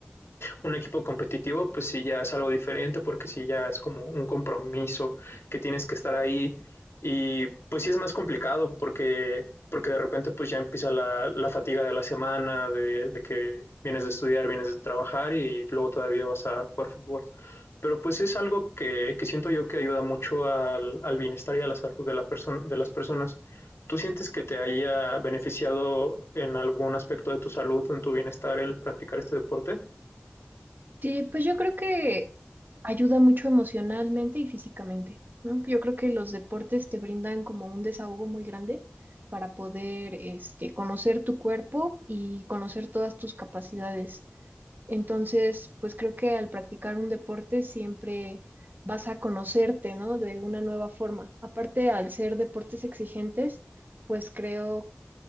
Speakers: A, on the left; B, on the right.
A: un equipo competitivo, pues sí ya es algo diferente porque sí ya es como un compromiso que tienes que estar ahí y pues sí es más complicado porque porque de repente pues ya empieza la, la fatiga de la semana, de, de, que vienes de estudiar, vienes de trabajar y luego todavía vas a jugar fútbol. Pero pues es algo que, que siento yo que ayuda mucho al, al bienestar y a la salud de, la perso- de las personas. ¿Tú sientes que te haya beneficiado en algún aspecto de tu salud, o en tu bienestar el practicar este deporte?
B: Sí, pues yo creo que ayuda mucho emocionalmente y físicamente, ¿no? Yo creo que los deportes te brindan como un desahogo muy grande para poder, este, conocer tu cuerpo y conocer todas tus capacidades. Entonces, pues creo que al practicar un deporte siempre vas a conocerte, ¿no? De una nueva forma. Aparte, al ser deportes exigentes, pues creo